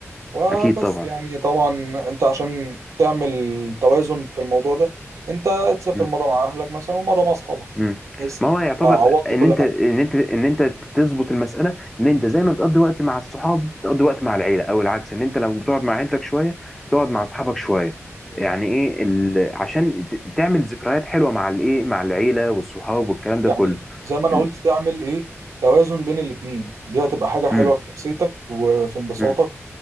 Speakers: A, on the right; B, in the centre.
A: وبس
B: اكيد طبعا
A: يعني طبعا انت عشان تعمل توازن في الموضوع ده انت تسافر
B: مم.
A: مرة مع اهلك مثلا ومرة مع اصحابك
B: مم.
A: بحيث
B: ما هو يعتبر
A: تبقى عوضت
B: ان
A: كل
B: انت
A: حاجة
B: ان انت ان انت تظبط المساله ان انت زي ما بتقضي وقت مع الصحاب بتقضي وقت مع العيله او العكس ان انت لو بتقعد مع عيلتك شويه تقعد مع صحابك شويه يعني ايه ال... عشان ت- تعمل ذكريات حلوه مع الايه مع العيله والصحاب والكلام
A: يعني
B: ده كله
A: زي ما انا
B: ال...
A: قلت تعمل ايه توازن بين الاتنين دي هتبقى حاجة حلوة
B: مم.
A: في نفسيتك وفي انبساطك
B: مم.